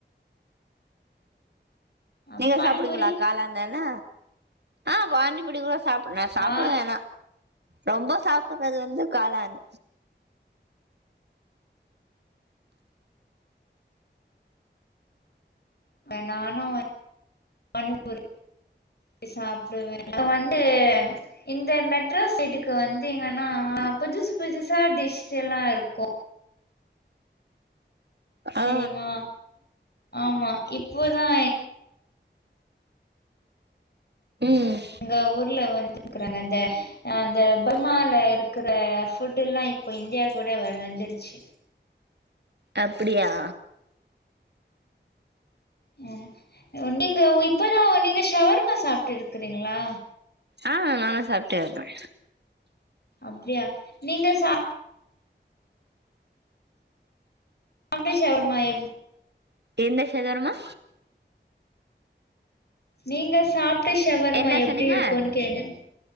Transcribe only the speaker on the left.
அ
பானிபூரி
ஆ
ஆ நானு <inaudible> பாணி பூரி சாப்டு இப்ப வந்து இந்த மெட்ரோ சைட்டுக்கு வந்து எங்கன்னா ஆ புதுசு புதுசா டிஷ்ஸ்ல்லா இருக்கு
தெரியுமா ஆமா இப்போதா
அங்க ஊர்ல வந்து இருக்குறாங்க அ அந்த பர்மால இருக்க புட்டுல்லா இப்போ இந்தியா கூட வ <unintelligible> விடுச்சி
ம் ஆ நீங்க இப்பதா நீங்க ஷவர்மா சாப் ட்டுருக்கீங்களா
அப்டியா நீங்க ச அப்டி சவர்மா எ
நீங்க சாப்ட்ட ஷவர்மா
எப்டி
இருக்குன்னு கேட்டே